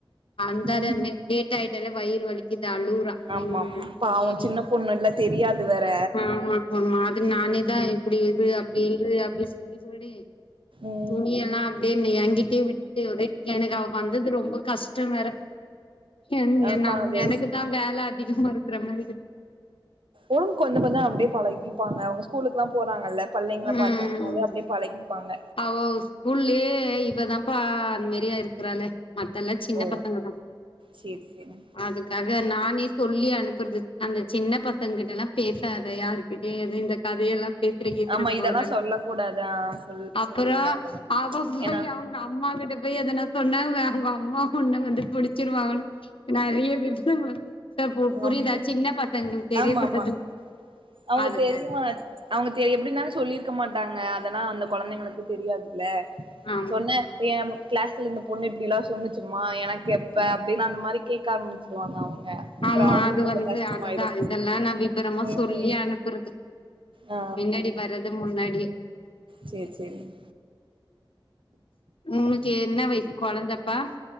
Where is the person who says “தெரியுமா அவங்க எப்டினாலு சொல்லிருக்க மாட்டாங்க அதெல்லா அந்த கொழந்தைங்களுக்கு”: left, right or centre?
Right